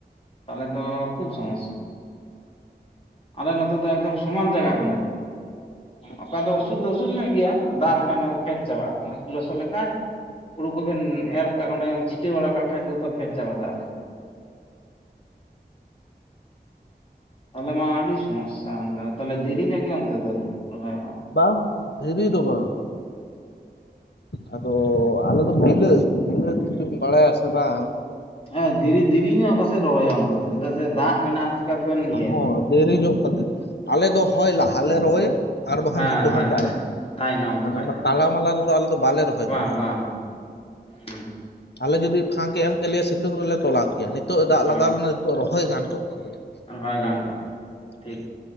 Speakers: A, on the left; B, on the left.
A: ᱛᱟᱦᱚᱞᱮ ᱛᱚ ᱠᱷᱩᱵ ᱥᱚᱢᱚᱥᱟ, ᱟᱞᱮ ᱱᱚᱛᱮ ᱫᱚ ᱮᱠᱫᱚᱢ ᱥᱚᱢᱟᱱ ᱡᱟᱭᱜᱟ ᱠᱟᱱᱟ
B: ᱟᱪᱪᱷᱟ
A: ᱚᱠᱟ
B: ᱟᱪᱪᱷᱟ
A: ᱫᱚ ᱩᱥᱩᱞ ᱫᱚ ᱟᱹᱥᱩᱞ ᱧᱚᱜ ᱜᱮᱭᱟ ᱫᱟᱜᱽ ᱞᱮᱠᱷᱟᱱ ᱚᱱᱟ ᱯᱷᱮᱰ ᱪᱟᱵᱟᱜᱼᱟ ᱢᱚᱸᱡᱽ ᱜᱮ ᱞᱚᱥᱚᱫ ᱞᱮᱠᱷᱟᱭ ᱦᱩᱲᱩ ᱠᱚᱵᱮᱱ ᱮᱨ ᱠᱟᱜᱼᱟ ᱚᱸᱰᱮ ᱪᱷᱤᱴᱟᱹ ᱵᱟᱲᱟ ᱠᱟᱜ ᱠᱷᱟᱭ ᱡᱚᱛᱚ ᱯᱷᱮᱰ ᱪᱟᱞᱟᱜᱼᱟ ᱫᱟᱜᱽ ᱫᱚ, ᱛᱟᱦᱚᱞᱮ ᱢᱟ ᱟᱹᱰᱤ ᱥᱚᱢᱚᱭᱥᱟ ᱚᱱᱛᱮ ᱫᱚ ᱛᱟᱦᱚᱞᱮ ᱫᱮᱨᱤᱧᱚᱜ ᱜᱮ ᱚᱱᱛᱮ ᱫᱚ ᱨᱚᱦᱚᱭ ᱦᱚᱸ
B: ᱵᱟᱝ ᱫᱷᱤᱨᱤ ᱫᱚ ᱵᱟᱝ, ᱟᱫᱚ ᱟᱞᱮ ᱫᱚ ᱵᱤᱞᱟᱹᱛ ᱵᱤᱞᱟᱹᱛ ᱡᱩᱫᱤᱢ ᱵᱟᱰᱟᱭᱟ ᱥᱮ ᱵᱟᱝ
A: ᱦᱮᱸ ᱫᱮᱻ ᱫᱮᱨᱤᱧᱚᱜ ᱯᱟᱥᱮᱡ ᱨᱚᱦᱚᱭᱚᱜ ᱚᱱᱛᱮ ᱫᱚ ᱪᱮᱫᱟᱜ ᱥᱮ ᱫᱟᱜᱽ ᱢᱮᱱᱟᱜᱼᱟ ᱛᱮᱵᱮᱱ ᱤᱭᱟᱹᱭᱟ
B: ᱦᱚᱸ
A: ᱛᱟᱦᱚᱞᱮ
B: ᱫᱮᱨᱤ ᱧᱚᱜ ᱠᱟᱛᱮᱫ, ᱟᱞᱮ ᱫᱚ ᱦᱚᱭ ᱞᱟᱦᱟᱞᱮ ᱨᱚᱦᱚᱭᱟ ᱟᱨ ᱵᱟᱝᱠᱷᱟᱱ
A: ᱦᱮᱸ
B: ᱡᱷᱚᱛᱚ
A: ᱦᱳᱭ
B: ᱠᱷᱚᱱ ᱛᱟᱭᱱᱚᱢ᱾
A: ᱛᱟ ᱛᱟᱭᱱᱚᱢ ᱵᱟᱠᱷᱟᱡ
B: ᱢᱟᱱᱮ ᱚᱱᱟ
A: ᱫᱚ
B: ᱛᱟᱞᱟ ᱢᱟᱞᱟ ᱨᱮᱫᱚ ᱟᱞᱮ ᱫᱚ ᱵᱟᱞᱮ ᱨᱚᱦᱚᱭ
A: ᱵᱟᱝ
B: ᱫᱟᱲᱮᱭᱟᱜᱼᱟ,
A: ᱵᱟᱝ ᱵᱟᱝ ᱦᱩᱸ
B: ᱟᱞᱮ ᱡᱩᱫᱤ ᱯᱷᱟᱸᱠᱮ ᱮᱢ ᱠᱮᱜᱮᱭᱟ ᱥᱤᱛᱩᱝ ᱨᱮᱞᱮ ᱛᱚᱞᱟ ᱠᱮᱭᱟ ᱱᱤᱛᱚᱜ ᱮ ᱫᱟᱜᱽ
A: ᱦᱩᱸ
B: ᱞᱟᱜᱟᱣ
A: ᱦᱩᱸ
B: ᱞᱮᱱᱟ ᱱᱤᱛᱚᱜ ᱨᱚᱦᱚᱭ ᱜᱟᱱ ᱠᱚᱜ ᱛᱟᱞᱮᱭᱟ᱾
A: ᱨᱚᱦᱚᱭ ᱜᱟᱱ ᱠᱚᱜᱼᱟ᱾ ᱴᱷᱤᱠ
B: ᱦᱮᱸ